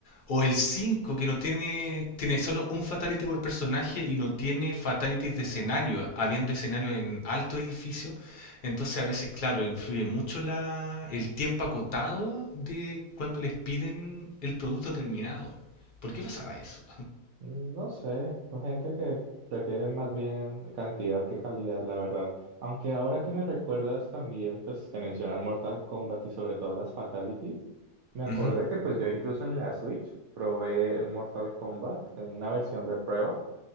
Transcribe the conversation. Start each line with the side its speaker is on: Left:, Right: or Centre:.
Left: o el 5 que no tiene, tiene solo un fatality por personaje y no tiene fatalities de escenario, habiendo escenario en alto edificio. Entonces a veces, claro, influye mucho la, el tiempo acotado de cuando les piden el producto terminado. ¿Por qué pasará eso?
Right: Mm, No sé, pues gente que prefiere más bien cantidad que calidad, la verdad. Aunque ahora que me recuerdas también, pues que mencionas Mortal Kombat y sobre todo las Fatalities, me acordé
Left: Ujú.
Right: que pues yo incluso en la Switch probé el Mortal Kombat en una versión de prueba.